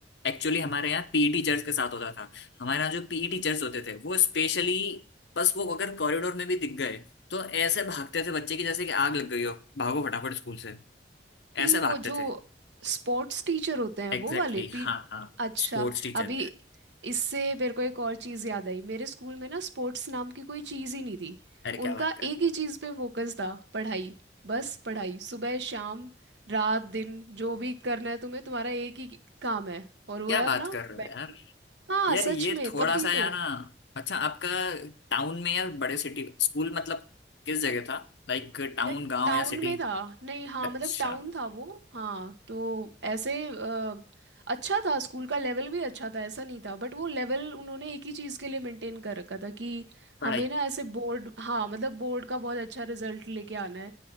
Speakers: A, on the left; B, on the right.
A: एक्चुअली हमारे यहाँ पीई टीचर्स के साथ होता था हमारे यहाँ जो पीई टीचर्स होते थे वो स्पेशली बस वो अगर कॉरिडोर में भी दिख गए तो ऐसे भागते थे बच्चे की जैसे कि आग लग गई हो भागो फटाफट स्कूल से
B: पी
A: ऐसे
B: वो
A: भागते
B: जो
A: थे
B: स्पोर्ट्स टीचर होते हैं
A: एग्जैक्टली
B: वो वाले
A: exactly,
B: पी
A: हाँ हाँ
B: अच्छा
A: Sports teacher
B: अभी इससे मेरे को एक और चीज़ याद आई मेरे स्कूल में ना स्पोर्ट्स नाम की कोई चीज़ ही नहीं थी
A: अरे क्या
B: उनका
A: बात कर
B: एक ही चीज़ पे फोकस था पढ़ाई बस पढ़ाई सुबह शाम रात दिन जो भी करना है तुम्हें तुम्हारा एक ही काम है और वो
A: क्या
B: है
A: बात
B: अपना
A: कर रहे
B: बैठ
A: हो यार,
B: हाँ
A: यार
B: सच
A: ये
B: में
A: थोड़ा
B: तब भी
A: सा यार
B: तो
A: ना अच्छा आपका टाउन में या बड़े सिटी स्कूल मतलब किस जगह था लाइक टाउन
B: यार
A: गांव
B: टाउन
A: या सिटी
B: में था नहीं हाँ
A: अच्छा
B: मतलब टाउन था वो हाँ तो ऐसे अ, अच्छा था स्कूल का लेवल भी अच्छा था ऐसा नहीं था बट वो लेवल उन्होंने एक ही चीज़ के लिए मेंटेन कर रखा था कि
A: पढ़ाई
B: हमें ना ऐसे बोर्ड हाँ मतलब बोर्ड का बहुत अच्छा रिजल्ट लेके आना है